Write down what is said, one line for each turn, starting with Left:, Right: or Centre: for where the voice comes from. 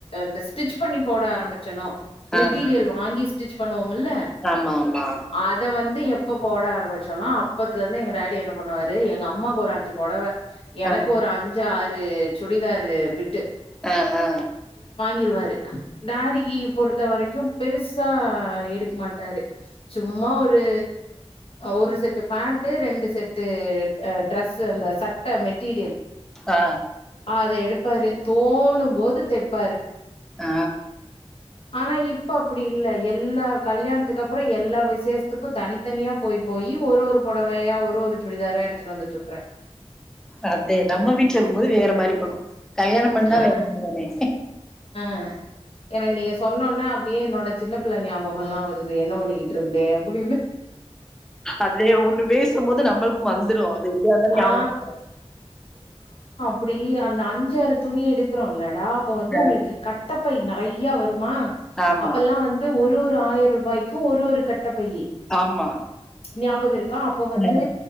Left: இந்த ஸ்டிச் பண்ணி போட ஆரம்பிச் ச்சனோ
Centre: ஆ,
Left: மெட்டீரியல்
Centre: ஆ.
Left: வாங்கி ஸ்டிச் பணோ இல்ல
Centre: ஆமா, ஆமா.
Left: அத வந்து எப் ப்ப போட ஆரம்பிச்சோனா அப்பத்துலருந்து எங்க டாடி என்ன பண் னாரு எங்க அம்மாக்கு ஒரு அஞ்சு பொடவ எனக்கு
Centre: ஆ,
Left: ஒரு அஞ்சு ஆறு ஒரு சுடிதாரு பிட்டு
Centre: ஆ ஆ
Left: கிருவாரு நாரிகி பொறுத்த வரைக் கும் பெருசா எடுக்க மாட்டாரு சும்மா ஒரு ஒரு செட்டு பேண்ட்டு ரெண்டு செட் டு ட்ரெஸ் அந்த சட்ட மெட்டீரியல்
Centre: ஆ, ஆ, ஆ,
Left: ஆ அத எடுப்பாரு தோணும் போது தெப்பாரு
Centre: ஆ
Left: ஆனா இப்ப அப்டி இல்ல எல்லா கல்யாணத்துக்கும் அப்புறம் எல்லா விசேஷத்துக்கும் தனித்தனியா போய் போய் ஒரு ஒரு புடவையா ஒரு ஒரு சுடிதாரா எடுத்துட்டு வந்துட்டு இருக்குறேன்
Centre: அதே நம்ம வீட்ல இருக்கும்போது வேற மாரி பண்வோம் கல்யாணம் பண்ணா
Left: ஆ
Centre: வேறதானே
Left: ஆ எனக்கு நீங்க சொன்ன ஓன்ன இப்டியே என்னோட சின்ன பிள்ள ஞாபகல்லாம் வருது என்ன பண்ணிக்கி ட்ருந்தேன் அப்டின்னு
Centre: அதே ஒண்ணு பேசும்போது நம்மளுக் கும் வந்துரும் அது எப்டியா இருந்தாலும் ஞாபக
Left: ஆ.
Centre: வந்துரும்
Left: அப்டி அந்த அஞ்சுாறு துணி எடுக்குறோல்ல நா அப்ப வந்து
Centre: அ,
Left: உங்களுக்கு கட்டப் பை நெறையா வரும் மா
Centre: ஆமா,
Left: அப்பெல்லாம் வந்து ஒரு ஒரு ஆயிர ரூபாய்க்கும் ஒருஸஒரு கட் டப்பையி
Centre: ஆமா.
Left: ஞாபகம் இருக்கா அப்ப வந்து
Centre: அ,